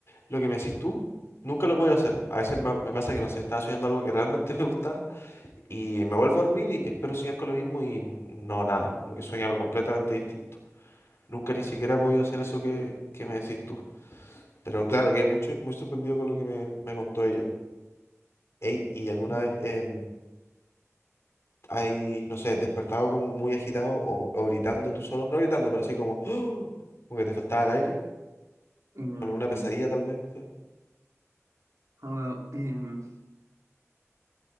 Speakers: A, on the left; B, on the right.
A: lo que me decís tú. Nunca lo he podido hacer. A veces me, me pasa que, no sé, estaba soñando algo que realmente <laughs> me gustaba y me vuelvo a dormir y espero soñar con lo mismo y n- no, nada. Como que sueño algo completamente distinto. Nunca ni siquiera he podido hacer eso que, que me decís tú. Pero claro, quedé mucho, muy sorprendido con lo que me, me contó ella. Ey, ¿y alguna
B: Mm.
A: vez em, hay, no sé, despertado como muy agitado o, o gritando tú solo? No gritando, pero así como, <gasps> como que te faltaba el aire.
B: Mm,
A: Con alguna pesadilla tal vez. sí.
B: ah, bueno, em,